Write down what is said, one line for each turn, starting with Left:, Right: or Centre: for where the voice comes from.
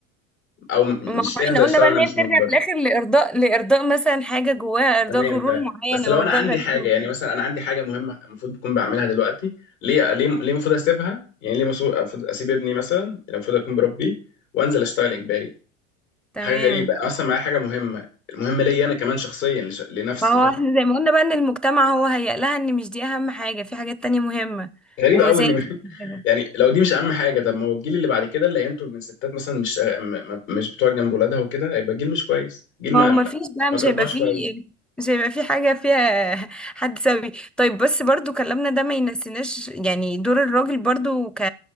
Left: او م-
Centre: ما
Left: مش
Centre: هو
Left: ليه
Centre: احنا
Left: انزل اشتغل
Centre: قلنا بقى
Left: وانا
Centre: ان
Left: مش
Centre: هي بترجع
Left: مجبر
Centre: في الاخر لارضاء لارضاء مثلا حاجه جواها ارضاء
Left: تمام
Centre: غرور
Left: تمام
Centre: معين
Left: بس
Centre: او
Left: لو انا
Centre: ارضاء
Left: عندي
Centre: غريب
Left: حاجه
Centre: معين.
Left: يعني مثلا انا عندي حاجه مهمه المفروض اكون بعملها دلوقتي ليه ليه ليه المفروض اسيبها يعني ليه المفروض اسيب ابني مثلا اللي المفروض اكون بربيه وانزل اشتغل اجباري
Centre: تمام
Left: حاجه غريبه انا اصلا معايا حاجه مهمه المهمه ليا انا كمان شخصيا لش... لنفسي
Centre: ما هو
Left: فاهم
Centre: احنا زي ما قلنا بقى ان المجتمع هو هيقلها ان مش دي اهم حاجه في حاجات تانية مهمه
Left: غريب
Centre: وزي
Left: قوي ان <laughs>
Centre: <laughs> كده
Left: يعني لو دي مش اهم حاجه طب ما هو الجيل اللي بعد كده اللي هينتج من ستات مثلا مش م... م- مش بتوع جنب ولادها وكده هيبقى جيل مش كويس جيل
Centre: ما
Left: ما
Centre: هو ما
Left: ما,
Centre: فيش بقى
Left: ما
Centre: مش
Left: ترباش
Centre: هيبقى فيه
Left: كويس
Centre: مش هيبقى فيه حاجة فيها <laughs> حد سوي طيب بس برضو كلامنا ده ما ينسيناش يعني دور الراجل برضو ك